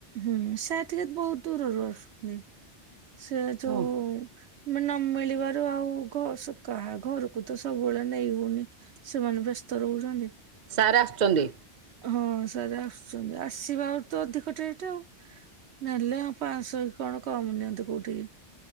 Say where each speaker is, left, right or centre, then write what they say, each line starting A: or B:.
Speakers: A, on the right; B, on the right.
A: ହୁଁ ସାର ଟିକେ ବହୁତ ଦୂରରୁ ଆସୁଛନ୍ତି। ସେ ଯୋଉ-
B: ହଁ।
A: ନ ମିିଳିବାରୁ ଆଉ ଘର କାହା ଘରକୁ ତ ସବୁବେଳେ ନେଇ ହଉନି। ସେମାନେ ବ୍ୟସ୍ତ ରହୁଛନ୍ତି।
B: ସାର୍ ଆସୁଛନ୍ତି?
A: ହଁ ସାର୍ ଆସୁଛନ୍ତି। ଆସିବା ଆ ତ ଅଧିକଟେ ଉ ନେଲେ ଅ ପାଁଶହ କଣ କମ ନିଅନ୍ତୁ କୋଉଠିକି